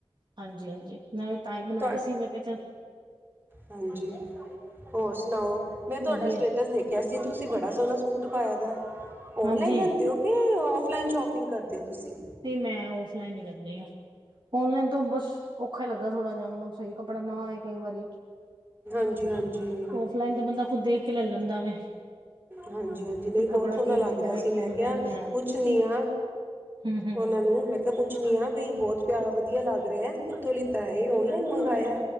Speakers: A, on the right; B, on the right.
A: ਹਾਂਜੀ- ਹਾਂਜੀ ਮੈਂ ਵੀ ਤਾਂ ਹੀ ਬਣਾਏ
B: ਤੁਹਾ
A: ਸੀ ਮੈਂ ਕਿਹਾ ਚੱਲ
B: ਹਾਂਜੀ ਹੋਰ ਸੁਣਾਓ ਮੈਂ ਤੁਹਾਡਾ
A: ਵਧੀਆ
B: ਸਟੇਟਸ ਦੇਖ ਅਸੀ ਤੁਸੀਂ ਬੜਾ ਸੋਹਣਾ ਸੂਟ ਪਾਇਆ ਦਾ ਔਨਲਾਈਨ
A: ਹਾਂਜੀ
B: ਲੈਂਦੇ ਓ। ਕਿ ਔਫਲਾਈਨ ਸ਼ੋਪਿੰਗ ਕਰਦੇ ਹੋ ਤੁਸੀਂ
A: ਤੇ ਮੈਂ ਔਫਲਾਈਨ ਨੀ ਕਰਨੀ ਆ ਔਨਲਾਈਨ ਤੋਂ ਬਸ ਔਖਾ ਹੀ ਲੱਗਦਾ ਥੋੜਾ ਜਿਹਾ ਮਤਲਬ ਸਹੀ ਕੱਪੜਾ ਨਾ ਆਏ ਕਈ ਵਾਰੀ
B: ਹਾਂਜੀ-ਹਾਂਜੀ।
A: ਕਲਾਈਨ ਤੇ ਬੰਦਾ ਖੁਦ ਦੇਖ ਕੇ ਲੈ ਲੈਂਦਾ ਵੇ।
B: ਹਾਂਜੀ-ਹਾਂਜੀ ਨਈ
A: ਵੀ
B: ਬੌਹਤ
A: ਕੱਪੜਾ
B: ਸੋਹਣਾ
A: ਕਿਵੇਂ
B: ਲੱਗ
A: ਦਾ
B: ਰੇਆ
A: ਹੈ
B: ਸੀ,
A: ਕਿਵੇਂ
B: ਮੈਂ ਕੇਆ
A: ਦਾ ਨਹੀਂ
B: ਪੁੱਛ
A: ਹੈ
B: ਪੁੱਛਣੀ ਆ
A: ਹਮ ਹਮ
B: ਉਹਨਾਂ ਨੂੰ ਮੈਂ ਕਿਹਾ ਪੁੱਛਣੀ ਆ ਬਈ ਬਹੁਤ ਪਿਆ ਵਧੀਆ ਲੱਗ ਰਿਹਾ। ਕਿੱਥੋਂ ਲਿਤਾ ਇਹ ਆਨਲਾਈਨ ਮੰਗਵਾਇਆ ਐ।